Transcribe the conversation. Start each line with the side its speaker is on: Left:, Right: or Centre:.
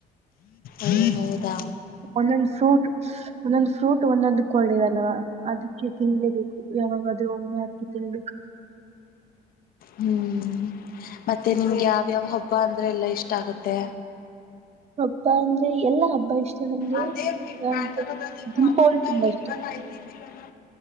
Left: ಓ ಹೌದಾ
Right: ಒಂದೊಂದು ಫ್ರೂಟ್ ಒಂದೊಂದು ಫ್ರೂಟ್ ಒಂದೊಂದು ಕೋಡ್ ಅಲ್ವಾ ಅದಕ್ಕೆ ತಿನ್ಬೇಕು ಯಾವಾಗಾದ್ರೂ ಒಮ್ಮೆ ಆದ್ರೂ ತಿನ್ಬೇಕ
Left: ಹ್ಮ್ ಮತ್ತೆ ನಿಮ್ಗೆ ಯಾವ್ಯಾವ ಹಬ್ಬ ಅಂದ್ರೆ ಎಲ್ಲಾ ಇಷ್ಟ ಆಗತ್ತೆ
Right: ಹಬ್ಬಾ ಅಂದ್ರೆ ಎಲ್ಲಾ ಹಬ್ಬ ಇಷ್ಟ ನಮ್ಗೆ
Left: ಅದೇ ಬ್ಯಾತ
Right: ಅಂತ
Left: ಅದ ನೀನ್
Right: ದೀಪಾವಳಿ
Left: ಯವತ್ನ
Right: ತುಂಬಾ
Left: ಇಡ್ಲಕ್
Right: ಇಷ್ಟ
Left: ಆಯ್ತಿದ್ದಿಲ್ಲಲ್ಲ